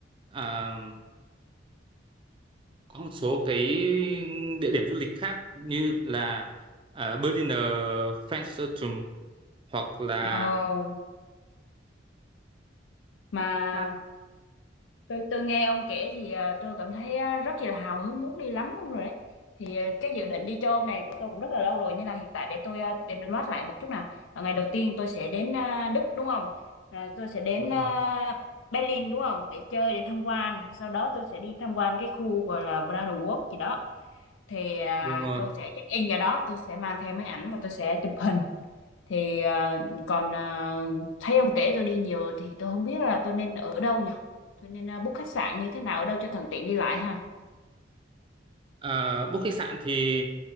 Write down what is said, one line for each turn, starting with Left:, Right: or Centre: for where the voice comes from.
Right: à, có một số cái địa điểm du lịch khác như là à, Berliner Fernsehturm hoặc là
Left: Ờ, mà
Right: mà
Left: tôi tôi nghe ông kể thì à, tôi cảm thấy à, rất là hào hứng muốn đi lắm luôn rồi đấy. Thì à, cái dự định đi châu này của tôi cũng rất là lâu rồi nên là hiện tại để tôi à, để được loát lại một chút nào. Ờ, ngày đầu tiên tôi sẽ đến à, Đức đúng không? À, tôi sẽ đến
Right: đúng rồi
Left: à, Berlin đúng không? Để chơi để tham quan. Sau đó tôi sẽ đi tham quan cái khu gọi là Brandenburg gì đó. Thì à,
Right: đúng rồi
Left: tôi sẽ check in vào đó, tôi sẽ mang theo máy ảnh và tôi sẽ chụp hình thì ờ, còn ờ, thấy ông kể tôi đi nhiều thì tôi không biết là tôi nên ở đâu nhỉ tôi nên ờ, book khách sạn như thế nào ở đâu cho thuận tiện đi lại ha
Right: Ờ, book khách sạn thì